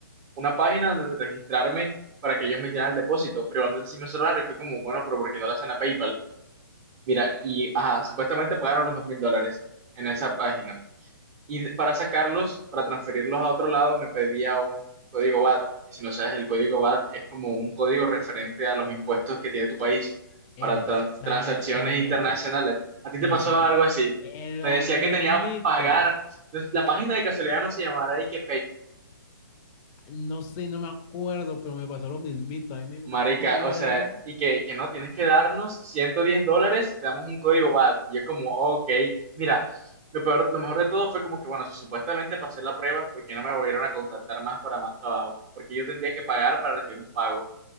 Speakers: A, on the right; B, on the left.
A: una página donde registrarme para que ellos me hicieran el depósito, pero igualmente sí me cerraron y fue como, bueno, pero ¿por qué no lo hacen a PayPal? Mira, y ajá, supuestamente pagaron los dos mil dólares en esa página. Y para sacarlos, para transferirlos a otro lado, me pedía un código VAT. Si no sabes, el código VAT es como un código referente a los impuestos que tiene tu país para
B: Exactamente.
A: trans- transacciones internacionales. ¿A ti
B: Sí,
A: te pasó
B: sí, sí.
A: algo así?
B: Es
A: Me
B: lo
A: decía
B: mismito.
A: que tenía que pagar. La página de casualidad no se llamará y que
B: No sé, no me acuerdo, pero me pasó lo mismito. A mí me dio
A: Marica,
B: una piedra.
A: o sea, y que, que no, tienes que darnos 110 dólares y te damos un código VAT. Y yo como, "Oh, ok, mira, lo peor, lo mejor de todo fue como que, bueno, si supuestamente pasé la prueba, ¿por qué no me volvieron a contactar más para más trabajo? Porque yo tendría que pagar para recibir un pago.